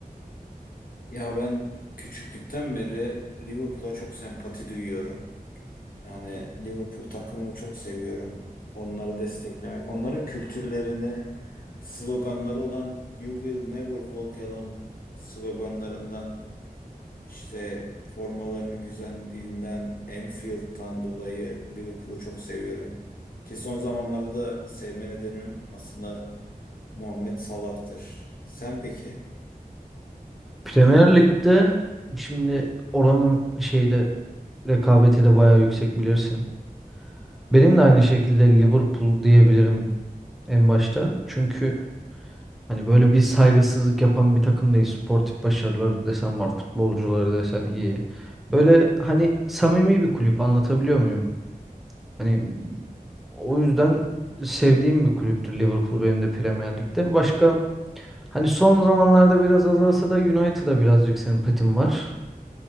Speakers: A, on the left; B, in the centre.
A: Ya ben küçüklükten beri Liverpool'a çok sempati duyuyorum. Yani Liverpool takımını çok seviyorum. Onları desteklemek, onların kültürlerini, sloganları olan You Will Never Walk Alone sloganlarından, işte formalarının güzelliğinden, Anfield'dan dolayı Liverpool'u çok seviyorum. Ki son zamanlarda da sevme nedenim aslında Muhammed Salah'tır. Sen peki?
B: Premier Lig'de şimdi oranın şeyde rekabeti de bayağı yüksek bilirsin. Benim de aynı şekilde Liverpool diyebilirim en başta. Çünkü Hani böyle bir saygısızlık yapan bir takım değil. Sportif başarıları desen var, futbolcuları desen iyi. Böyle hani samimi bir kulüp anlatabiliyor muyum? Hani o yüzden sevdiğim bir kulüptür Liverpool benim de Premier Lig'de. Başka hani son zamanlarda biraz azalsa da United'a birazcık sempatim var.